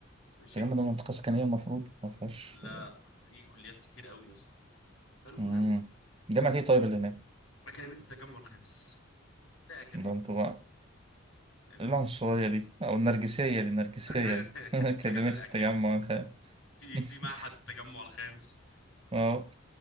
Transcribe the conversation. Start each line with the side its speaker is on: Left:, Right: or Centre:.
Left: ماشي
Right: التجمع ده منطقة سكنية المفروض ما فيهاش
Left: لا في كليات كتير قوي يا اسطى فالمهم
Right: امم جامعة ايه طيب اللي هناك
Left: اكاديميه التجمع الخامس لا كده
Right: ده
Left: اكتب
Right: انتوا
Left: كده
Right: بقى
Left: فاهمني
Right: إيه العنصرية دي او النرجسية دي النرجسية
Left: <laughs>
Right: دي <laughs>
Left: تجمع...
Right: كلمة التجمع خ-
Left: في
Right: <laughs>
Left: في معهد التجمع الخامس
Right: اه